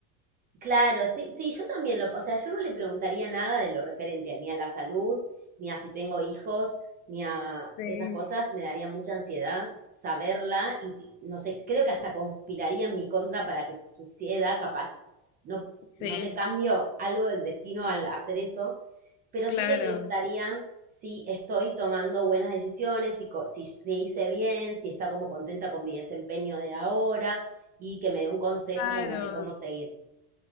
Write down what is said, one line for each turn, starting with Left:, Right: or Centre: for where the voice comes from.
Right: Claro, sí, sí, yo también lo, o sea, yo no le preguntaría nada de lo referente a, ni a la salud, ni a si tengo hijos, ni a
Left: Sí,
Right: esas cosas, me daría mucha ansiedad saberla y, y no sé, creo que hasta conspiraría en mi contra para que suceda, capaz, no,
Left: sí,
Right: no sé, cambio algo del destino al hacer eso, pero
Left: claro,
Right: sí le preguntaría si estoy tomando buenas decisiones, si, co- si se hice bien, si está como contenta con mi desempeño de ahora y que me dé un consejo
Left: claro,
Right: como de cómo seguir.